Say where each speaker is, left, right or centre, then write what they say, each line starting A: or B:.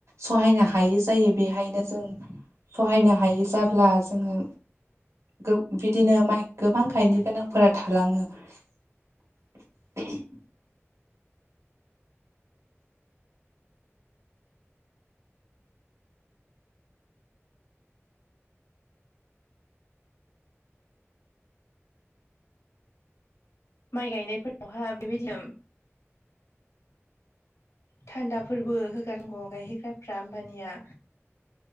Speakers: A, on the right; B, on the left.
A: सहायनो हायि जायो बेहायनो जों सहायनो हायो जाब्ला जोङो गो बिदिनो माइ गोबां गायनो गोनांफोरा थालाङो <unintelligible>
B: माइ गायनायफोरावहा बेबायदिनो थान्दाफोरबो होगारांगौ गायहोग्राफ्रा हम्बानिया